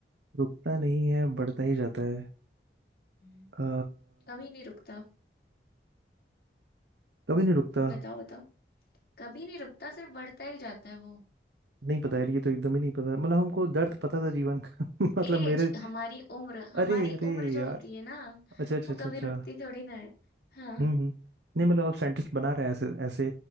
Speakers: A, on the right; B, on the left.
A: रुकता नहीं है बढ़ता ही जाता है
B: हम्म,
A: अ
B: कभी नहीं रुकता
A: कभी नहीं रुकता
B: बताओ बताओ कभी नहीं रुकता सिर्फ बढ़ता ही जाता है वो
A: नहीं पता यार ये तो एकदम ही नहीं पता मतलब हमको दर्द पता था जीवन का <laughs> मतलब
B: एज
A: मेरे
B: हमारी उम्र हमारी
A: अरे अरे
B: उम्र जो
A: यार
B: होती है ना
A: अच्छा अच्छा
B: वो
A: अच्छा
B: कभी
A: अच्छा
B: रुकती थोड़ी ना है हाँ
A: हम्म हम्म नहीं मतलब अब साइंटिस्ट बना रहे हैं ऐसे ऐसे